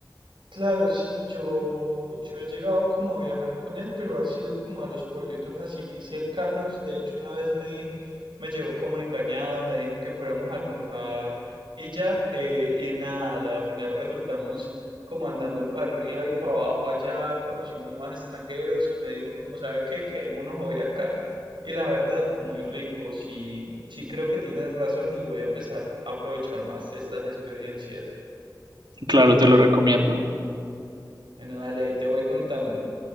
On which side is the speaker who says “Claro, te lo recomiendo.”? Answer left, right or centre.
Right